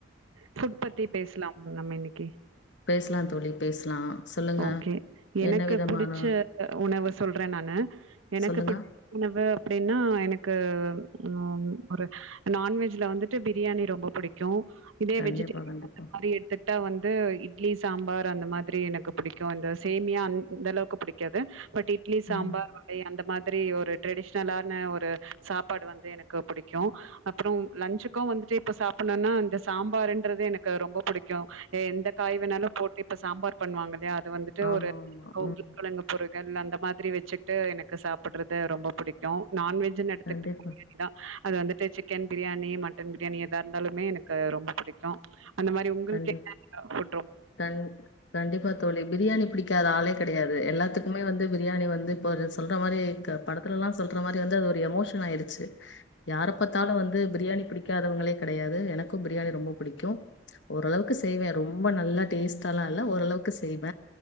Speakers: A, on the right; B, on the left.
A: ஃபுட் பத்தி பேஸ்லாம் நம்ம இன்னிக்கி
B: பேசலாம் தோழி பேசலாம் சொல்லுங்க
A: ஓக்கே எனக்கு
B: என்ன விதமான
A: புடுச்ச உணவு சொல்றே நான் னு எனக்கு
B: சொல்லுங்க
A: புட் உணவு அப்டின்னா எனக்கு ம் ஒரு நான்வெஜ்ல வந்துட்டு பிரியாணி ரொம்ப புடிக்கு இதே
B: கண்டிப்பா
A: வெஜிடேரி
B: கண்டிப்பா
A: <unintelligible> மாரி எட்துட்டா வந் வந்து இட்லி சாம்பார் அந்த மாத்ரி எனக்கு புடிக்கு இந்த சேமியா அந்தளவ்க்கு புடிக்காது பட் இட்லி சாம்பார்
B: ம்
A: வடை அந்த மாதிரி ஒரு ட்ரெடிஷ்னலான ஒரு சா ப்பாடு வந்து எனக்கு புடிக்கு அப்றோ லஞ்சுக்கு வந்துட்டு இப்ப சாப்பணுன்னா இந்த சாம்பார்ன்றது எனக்கு ரொம்ப புடிக்கூ ஏ எந்த காய் வேணாலோ போட்டு இப்ப சாம்பார் பண்ணுவாங்கல்லயா அது வந்துட்டு
B: ஆமா
A: ஒரு
B: ஆமா
A: ஊருளங்கெழங்கு
B: ம்
A: பொரு அந்த மாதிரி வெச்சிக்ட்டு எனக்கு சாப்புட்றது ரொம்ப பிடிக்கு நான்வெஜ்ஜின் எடுத்துக்
B: கண்டிப்பா
A: <unintelligible> அது வந்துட்டு சிக்கன் பிரியாணி மட்டன் பிரியாணி எதார்ந்தாலுமே எனக்கு ரொம்ப புடிக்கூ உங்கள்க்கு
B: கண்டிப்பா
A: <unintelligible>
B: கண் கண்டிப்பா தோழி பிரியாணி புடிக்காத ஆளே கெடயாது எல்லாத்துக்குமே வந்து பிரியாணி வந்து இப்பொரு சொல்ற மாரி க படத்துலலா சொல்ற மாரி வந்து அது ஒரு எமோஷன் ஆயிடுச்சு யார பத்தாலு வந்து பிரியாணி பிடிக்காதவங்களே கடையாது எனக்கு பிரியாணி ரொம்ப பிடிக்கூ ஓரளவுக்கு செய்வே ரொம்ப நல்லா டேஸ்ட்டாலா இல்ல ஓரளவுக்கு செய்வ